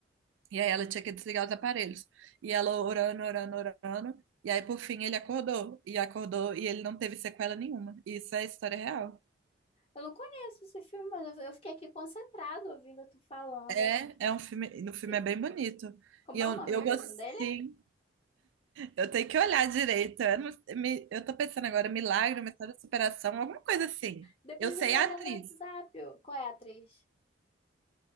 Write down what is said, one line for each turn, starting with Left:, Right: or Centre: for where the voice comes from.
Right: E aí ela tinha que desligar os aparelhos. E ela orando, orando, orando. E aí, por fim, ele acordou. E acordou e ele não teve sequela nenhuma. E Isso é história real.
Left: Ah. Eu não conheço esse filme, mas eu eu fiquei aqui concentrado ouvindo tu falando.
Right: É, é um filme. No filme
Left: E-
Right: é bem bonito.
Left: Como
Right: E eu,
Left: é o nome
Right: eu
Left: mesmo
Right: gostei.
Left: dele?
Right: Eu tenho que olhar direito. Eu, não- me- eu tô pensando agora, milagre, uma história de superação, alguma coisa assim.
Left: Depois
Right: Eu sei
Left: me manda
Right: a atriz.
Left: no WhatsApp. ô. Qual é a atriz?